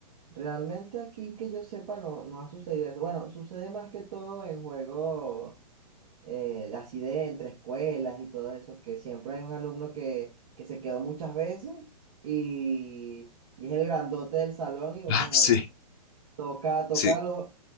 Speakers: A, on the right; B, on the left.
A: realmente aquí que yo sepa no, no ha sucedido eso. Bueno, sucede más que todo en juegos eh, de así de entre escuelas y todo eso, que siempre hay un alumno que, que se quedó muchas veces y, y es el grandote del salón y bueno,
B: Ah, Sí,
A: toca, toca
B: sí,
A: a los,